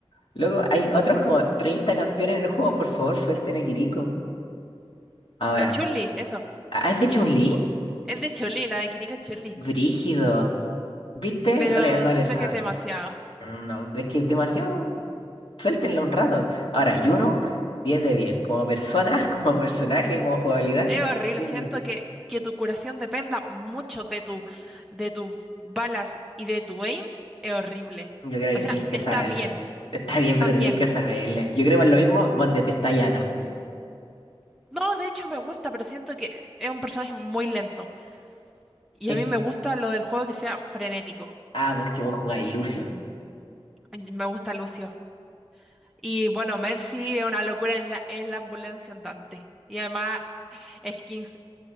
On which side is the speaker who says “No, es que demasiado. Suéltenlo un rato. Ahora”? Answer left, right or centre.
Left